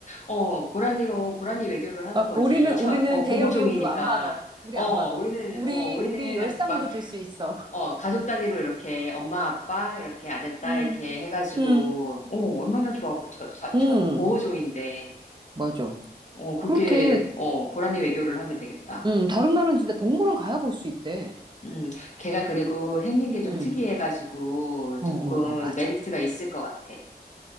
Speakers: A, on the left; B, on the right.
A: 어 고라니로 고라니 외교를 하는
B: 어,
A: 거지
B: 우리는, 우리는
A: 처, 어
B: 대여
A: 보호종이니까
B: 비용도 안 받아. 우리
A: 어
B: 안 받아.
A: 우리는
B: 우리,
A: 어 우리는
B: 우리 열상도
A: 막
B: 줄 수 있어. <laughs>
A: 어 가족 단위로 이렇게 엄마 아빠 이렇게 아들 딸
B: 음,
A: 이렇게 해가지고
B: 음,
A: 어 얼마나 좋아 저, 저,
B: 음,
A: 저 보호종인데
B: 맞아.
A: 어 그렇게
B: 그렇대.
A: 어 고라니 외교를 하면 되겠다.
B: 음, 다른 나라는 진짜 동물원 가야 볼 수 있대.
A: 음, 걔가 그리고 생긴 게 좀
B: 음,
A: 특이해가지고
B: 어,
A: 조금
B: 어, 어, 맞아.
A: 메리트가 있을 것 같아.